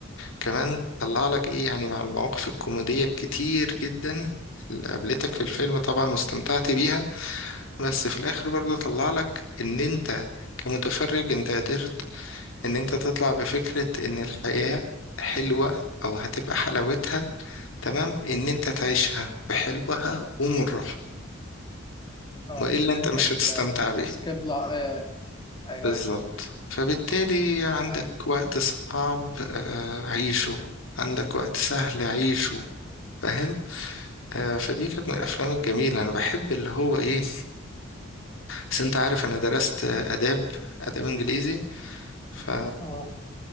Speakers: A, on the left; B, on the left.
A: كمان طلع لك ايه يعني مع المواقف الكوميدية الكتير جدا اللي قابلتك في الفيلم طبعا واستمتعت بيها بس في الاخر برضو طلع لك ان انت كمتفرج انت قدرت ان انت تطلع بفكرة ان الحياة حلوة او هتبقى حلاوتها تمام ان انت تعيشها بحلوها ومرها
B: اه
A: والا
B: أه، مش اللي
A: انت
B: انت
A: مش
B: ت-
A: هتستمتع
B: ت-
A: بيها
B: تسكيب لا ايوه ايوه
A: بالظبط
B: ايوه
A: فبالتالي عندك
B: ايوه
A: وقت صعب آه، عيشه عندك وقت سهل عيشه فاهم آه، فدي كانت من الافلام الجميلة انا بحب اللي هو ايه بس انت عارف انا درست آه، اداب اداب انجليزي ف...
B: اه